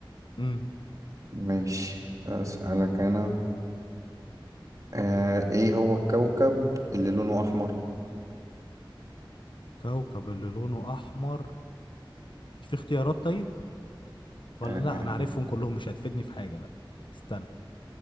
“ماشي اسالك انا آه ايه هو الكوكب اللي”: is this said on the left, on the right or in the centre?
Right